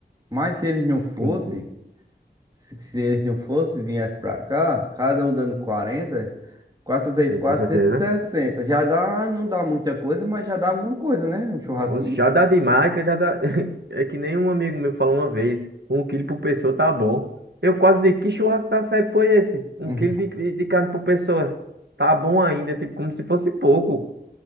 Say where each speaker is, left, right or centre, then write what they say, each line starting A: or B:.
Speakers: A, on the right (about 20°); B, on the right (about 80°).
A: Mas se eles não fossem,
B: Sim, sim,
A: se, se eles não fossem, viessem pra cá, cada um dando 40, quatro vezes quatro,
B: com certeza.
A: cento e sessenta, Já dá, não dá muita coisa, mas já dá alguma coisa, né? Um churrasquinho.
B: Oxe, Já dá de marca, já dá. <laughs> É que nem um amigo meu falou uma vez: um quilo por pessoa tá bom. Eu quase digo: que churrasco da febre foi esse? Um
A: <laughs>
B: quilo de, de carne por pessoa. Tá bom ainda, tipo, como se fosse pouco.